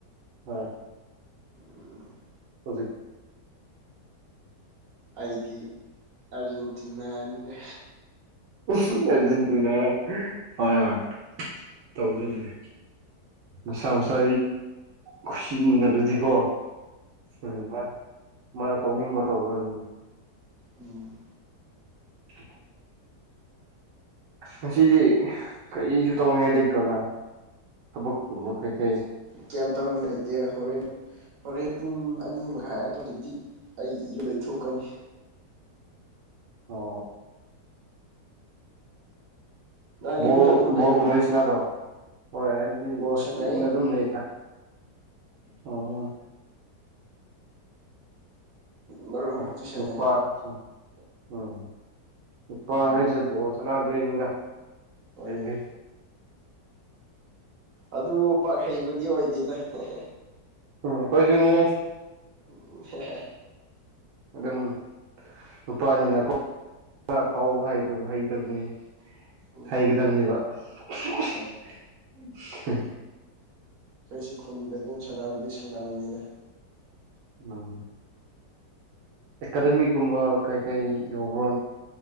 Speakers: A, on the right; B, on the right.
A: ꯍ
B: ꯎꯝ ꯎꯝ
A: ꯍꯧꯖꯤꯛ
B: ꯑꯩꯗꯤ ꯑꯥꯔꯖꯦꯟꯇꯤꯅꯥꯅꯤꯗ
A: ꯑꯦꯔꯖꯦꯟꯇꯤꯅꯥ ꯍꯣꯏ ꯍꯣꯏ ꯇꯧꯒꯗꯕꯅꯦ ꯃꯁꯥ ꯃꯁꯥ ꯈꯨꯁꯤꯅꯤ ꯗ ꯑꯗꯨꯗꯤꯀꯣ ꯎꯝ ꯃꯥꯅ ꯇꯧꯅꯤꯡꯕ ꯇꯧꯗꯧꯅꯤ
B: ꯎꯝ
A: <unintelligible> ꯉꯁꯤꯗꯤ ꯀꯔꯤꯁꯨ ꯇꯧꯅꯤꯡꯉꯥꯏ ꯂꯩꯇ꯭ꯔꯣ ꯅꯪ ꯊꯕꯛꯀꯨꯝꯕ ꯀꯩꯀꯩ
B: ꯀꯩꯝ ꯇꯧꯅꯤꯡꯉꯢ ꯂꯩꯇꯦ ꯍꯣꯔꯦꯟ ꯍꯣꯔꯦꯟ ꯄꯨꯡ ꯑꯅꯤ ꯃꯈꯥꯏ ꯑꯗꯨꯋꯢꯗꯗꯤ ꯑꯩ ꯌꯨꯝꯗꯩ ꯊꯣꯛꯀꯅꯤ
A: ꯑꯣ
B: ꯅꯪ ꯌꯨꯝꯗ
A: ꯕꯣꯜ
B: ꯑꯗꯨꯝ ꯂꯩꯕ꯭ꯔꯣ
A: ꯕꯣꯜꯒꯨꯝ꯭ꯕꯗꯤ ꯁꯟꯅꯕ꯭ꯔꯣ ꯍꯣꯏ ꯑꯩꯗꯤ
B: ꯕꯣꯜ
A: ꯍꯣꯏ
B: ꯁꯥꯟꯅꯩ
A: ꯌꯨꯝꯗ ꯑꯗꯨꯝ ꯂꯩꯗ ꯑꯣ
B: ꯃꯔꯛ
A: ꯎꯝ
B: ꯃꯔꯛꯇ ꯁꯥꯟꯅꯩ
A: ꯅꯨꯄꯥ ꯎꯝ ꯅꯨꯄꯥ
B: ꯎꯝ
A: ꯍꯥꯏꯁꯦ ꯕꯣꯜ ꯁꯟꯅꯥꯗꯣꯏꯅꯤꯅ
B: ꯍꯣꯏꯅꯦ
A: ꯀꯩ
B: ꯑꯗꯨꯕꯨ ꯄꯥꯛ ꯍꯩꯕꯗꯤ ꯑꯣꯏꯗꯦꯗ ꯍꯦꯍꯦꯍꯦ
A: ꯎꯝ ꯑꯩꯈꯣꯏꯁꯨꯅꯦ
B: ꯎꯝ ꯍꯦꯡꯍꯦꯡꯍꯦ
A: ꯑꯗꯨꯝ ꯅꯨꯄꯥꯅꯤꯅ ꯀꯣ ꯈꯔ
B: ꯎꯝ
A: ꯀꯩꯕ ꯍꯥꯏ ꯑꯗꯨ ꯍꯩꯗꯕꯅꯦ
B: ꯎꯝ
A: ꯍꯩꯒꯗꯕꯅꯤꯕ <unintelligible>
B: ꯍꯣꯏ ꯑꯩꯁꯨ ꯈꯨꯟꯗ ꯑꯗꯨꯝ ꯁꯥꯟꯅꯕꯗꯤ ꯁꯥꯟꯅꯕꯅꯤꯘ
A: ꯎꯝ ꯑꯦꯀꯥꯗꯃꯤ ꯀꯨꯝꯕ ꯀꯩ ꯀꯩ ꯌꯧꯕ꯭ꯔꯣ